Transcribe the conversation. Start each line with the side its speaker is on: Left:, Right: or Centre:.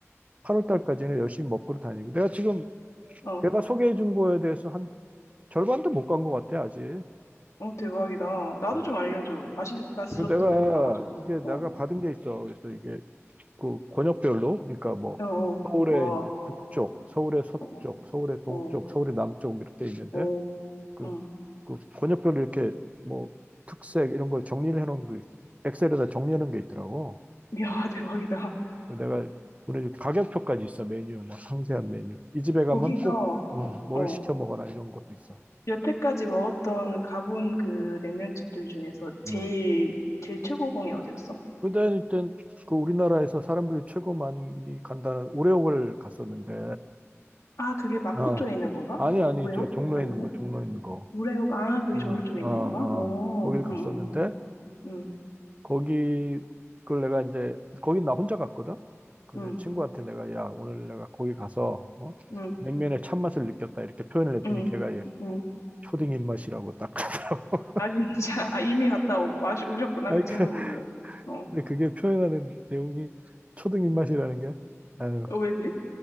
Right: 8월 달까지는 열심히 먹고 다니고. 내가 지금
Left: 어.
Right: 걔가 소개해 준 거에 대해서 한 절반도 못 간 것 같아, 아직.
Left: 어, 대박이다. 나도
Right: 음.
Left: 좀 알려줘. 맛있, 맛있었던데
Right: 그리고 내가
Left: 골라가지고.
Right: 이게 내가
Left: 어.
Right: 받은 게 있어. 그래서 이게 그 권역별로, 그러니까 뭐
Left: 어, 어.
Right: 서울의
Left: 우와.
Right: 이제 북쪽, 서울의 서쪽,
Left: 어,
Right: 서울의 동쪽,
Left: 어,
Right: 서울의 남쪽 이렇게 있는데
Left: 어.
Right: 그,
Left: 응.
Right: 그 권역별로 이렇게 뭐 특색 이런 걸 정리를 해놓은 그 엑셀에다 정리하는 게 있더라고.
Left: 이야, <laughs> 대박이다.
Right: 그 내가 보내줄 가격표까지 있어 메뉴 뭐 상세한 메뉴. 이 집에
Left: 거기서,
Right: 가면 꼭뭘
Left: 어.
Right: 시켜 먹어라 이런 것도 있어.
Left: 여태까지 먹었던 가본 그 냉면집들 중에서 제일,
Right: 음.
Left: 제일 최고봉이 어디였어?
Right: 그때 일단 그 우리나라에서 사람들이 최고 많이 간다는 오레옥을 갔었는데,
Left: 아, 그게 마포
Right: 어,
Left: 쪽에 있는 건가?
Right: 아니
Left: 우,
Right: 아니
Left: 우레옥?
Right: 저 종로에
Left: 아닌데?
Right: 있는 거 종로에 있는 거,
Left: 우레옥, 아, 그게
Right: 어,
Left: 종로 쪽에
Right: 어,
Left: 있는
Right: 어,
Left: 건가? 어,
Right: 거길 갔었는데
Left: 응, 응,
Right: 거기 그걸 내가 이제 거기 나 혼자 갔거든. 그내
Left: 응,
Right: 친구한테 내가 야 오늘 내가 거기 가서 어?
Left: 응, 응,
Right: 냉면의 참맛을 느꼈다 이렇게 표현을 했더니
Left: 응.
Right: 걔가 얘
Left: 응.
Right: 초딩 입맛이라고 딱 하더라고.
Left: 아, 진짜. 아, 이미 갔다 오, 와, 오셨구나,
Right: <laughs> 아니
Left: 그 친구분은.
Right: 그-
Left: 어,
Right: 근데 그게 표현하는 내용이 초딩 입맛이라는 게 아유
Left: 어, 왜지?